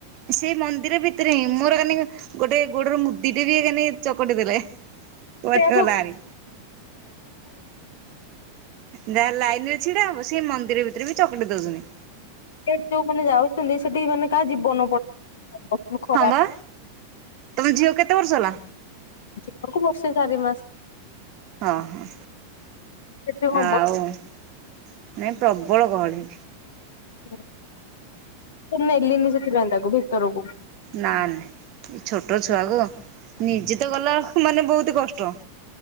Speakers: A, on the right; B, on the left.
A: ସେଇ ମନ୍ଦିର ଭିତରେ ହିଁ ମୋର ଆନି ଗୋଟେ ଗୋଡ଼ର ମୁଦି ଟେ ବି ମାନେ ଚକଟି ଦେଲେ। କୁଆଡେ
B: ସେ <unintelligible>
A: ଗଲାଣି ଯାହା ଲାଇନ ରେ ଛିଡା ହବ ସେଇ ମନ୍ଦିର ଭିତରେ ବି ଚକଟି ଦଉଛନ୍ତି।
B: ସେଠି ଯୋଉ ମାନେ ଯାଉଛନ୍ତି ସେଠି ମାନେ କାହା ଜୀବନ ପଡ ଖରାପ।
A: ହଁ ବା ତମ ଝିଅ କେତେ ବର୍ଷ ହେଲା?
B: ଯିବାକୁ ବର୍ଷେ ଚାରି ମାସ
A: ହଁ ହଁ
B: ସେଠି ହବ
A: ଆଉ ନାଇଁ ପ୍ରବଳ ଗହଳି।
B: ହଁ ନେଲିନି ସେଥିପାଇଁ ତାକୁ ଭିତରକୁ।
A: ନା ନାଇ ଏ ଛୋଟ ଛୁଆକୁ ନିଜେ ତ ଗଲାକୁ ମାନେ ବହୁତ କଷ୍ଟ